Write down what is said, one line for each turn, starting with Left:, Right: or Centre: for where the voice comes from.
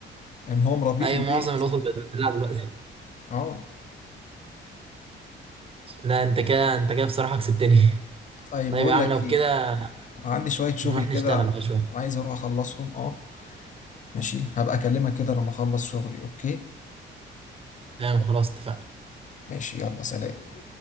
Left: ان هو مربيه
Right: أيوة
Left: في البيت
Right: معظم القطط بقت بتدلع دلوقتي
Left: اه
Right: لا أنت كده أنت كده بصراحة كسبتني <laughs>
Left: طيب
Right: طيب
Left: بقول
Right: يا عم
Left: لك
Right: لو
Left: ايه
Right: كده
Left: انا عندي شوية شغل
Right: نروح
Left: كده
Right: نشتغل بقى شوية
Left: عايز اروح اخلصهم اه ماشي هبقى اكلمك كده لما اخلص شغلي اوكي
Right: تمام خلاص اتفقنا
Left: ماشي يلا سلام